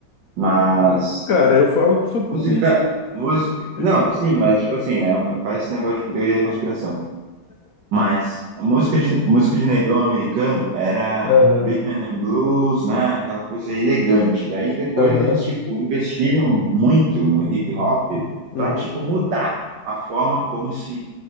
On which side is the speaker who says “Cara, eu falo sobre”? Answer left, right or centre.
Left